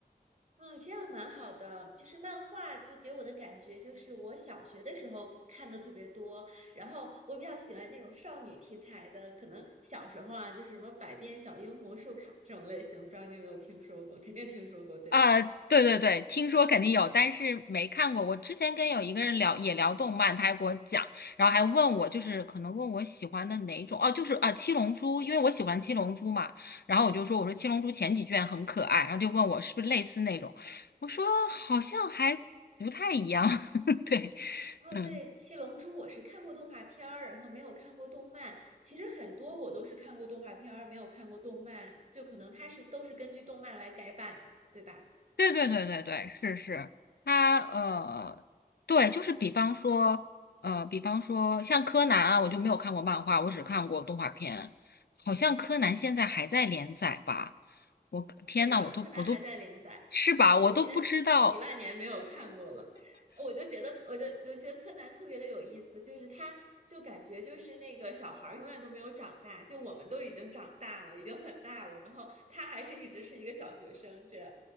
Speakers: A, on the right; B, on the left.
A: 啊，这样蛮好的。就是漫画，就给我的感觉就是我小学的时候看的特别多，然后我比较喜欢那种少女题材的，可能小时候啊，就是什么《百变小樱》《魔术卡》这种类型，不知道你有没有听说过？肯定听说过，对吧？
B: 啊，对对对，听说肯定有，但是没看过。我之前跟有一个人聊，也聊动漫，他还给我讲，然后还问我，就是可能问我喜欢的哪种，哦，就是啊，《七龙珠》，因为我喜欢《七龙珠》嘛，然后我就说，我说《七龙珠》前几卷很可爱，然后就问我是不是类似那种，我说好像还不太一样，<laughs> 对，
A: 哦，
B: 嗯。
A: 对，《七龙珠》我是看过动画片儿，然后没有看过动漫。其实很多我都是看过动画片儿，没有看过动漫，就可能它是都是根据动漫来改版，对吧？
B: 对对对对对，是是，他呃，对，就是比方说，呃，比方说像柯南啊，我就没有看过漫画，我只看过动画片。好像柯南现在还在连载吧？我天呐，
A: 嗯，对的，
B: 我都我都
A: 柯南还在连载，
B: 是吧？
A: 我都已经几万年没有看过了。
B: 我都不知道。
A: 我就觉得，我就我觉得柯南特别的有意思，就是他就感觉就是那个小孩儿永远都没有长大，就我们都已经长大了，已经很大了，然后他还是一直是一个小学生这样。